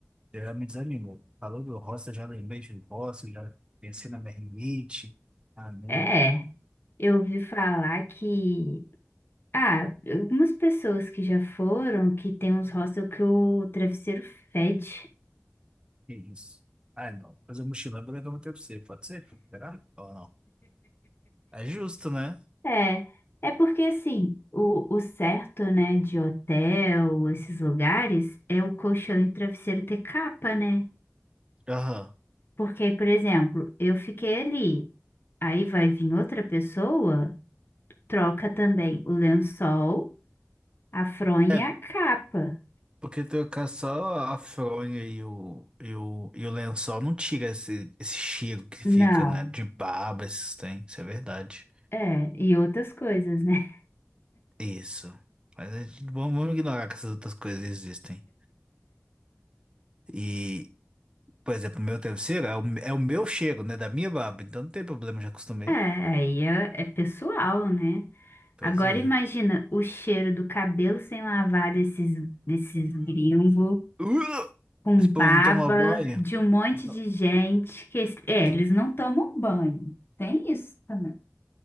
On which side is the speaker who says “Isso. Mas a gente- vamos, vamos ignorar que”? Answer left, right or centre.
Right